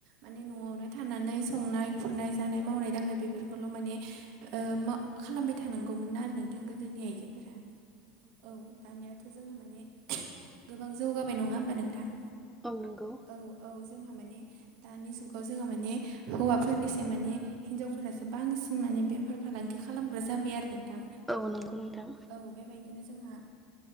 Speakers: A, on the right; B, in the centre.
A: माने न'आवनो थानानै संनाय खुरनाय जानाय मावनाय दांनाय बेफोरखौल' माने - ओ मा खालामबाय थानांगौमोन आरो नोंथां गोदोनि आइजोफोरा औ दानियाथ' जोंहा माने गोबां जौगाबाय नङा होमबा नोंथां?
B: औ नंगौ।
A: औ औ जोंहा माने दानि जुगाव जोंहा माने हौवाफोरनिसाय माने- हिनजावफोरासो बांसिन माने बेफार फालांगि खालामग्रा जाबाय आरो नोंथां
B: औ नंगौ नोंथां
A: औ बेबायदिनो जोंहा